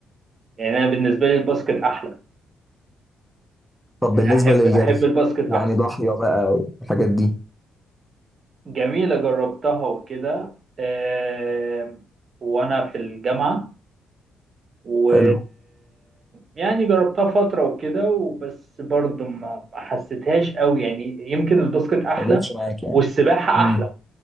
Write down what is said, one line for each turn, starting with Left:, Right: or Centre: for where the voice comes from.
Right: يعني انا بالنسبه لي الباسكت احلى
Centre: طب
Right: يعني
Centre: بالنسبة
Right: احب
Centre: للجري
Right: احب الباسكت
Centre: يعني
Right: احسن
Centre: ضاحية بقى والحاجات دي
Right: جميله جربتها وكده آم، وانا في الجامعه و
Centre: حلو
Right: يعني جربتها فتره وكده وبس برضه ما ما حسيتهاش قوي يعني يمكن الباسكت احلى
Centre: ما جاتش معاك يعني
Right: والسباحه
Centre: امم
Right: احلى